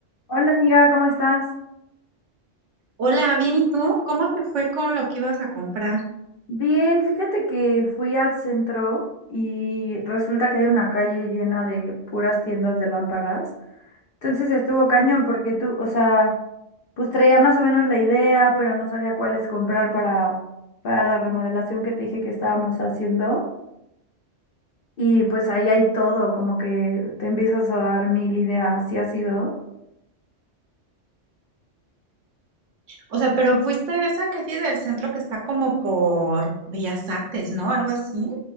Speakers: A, on the left; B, on the right.
A: Hola amiga, ¿cómo estás?
B: Hola, bien, ¿y tú? ¿Cómo te fue con lo que ibas a comprar?
A: Bien, fíjate que fui al centro y resulta que hay una calle llena de puras tiendas de lámparas. Entonces estuvo cañón porque tú, o sea, pues traía más o menos la idea, pero no sabía cuáles comprar para, para la remodelación que te dije que estábamos haciendo. Y pues ahí hay todo, como que te empiezas a dar mil ideas, ¿sí ha sido?
B: O sea, pero fuiste a esa calle del centro que está como por Bellas Artes, ¿no? Algo así.